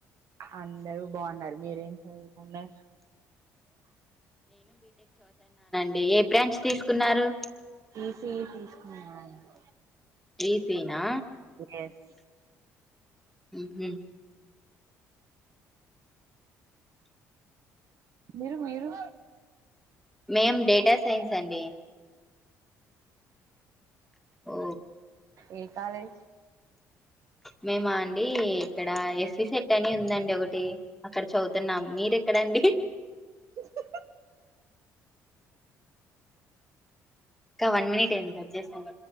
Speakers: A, on the right; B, in the centre.
A: అందరూ బాన్నారు మీరేం చదువుతున్నారు
B: డి ఏ బ్రాంచ్ తీసుకున్నారు
A: ఈ సి యి తీసుకున్నానండి
B: ఇ సి యి నా
A: ఎస్
B: ఉమ్ హు
A: మీరు మీరు
B: మేం డేటా సైన్స్ అండి ఓ
A: ఏ కాలేజ్
B: మేమ అండి ఇక్కడ ఎస్వి సెట్ అని ఉందండి ఒకటి అక్కడ చదువుతున్నాం మీరే ఎక్కడండి
A: హా హా
B: ఇంకా వన్ మినిట్ అయింది కట్ చేస్తన్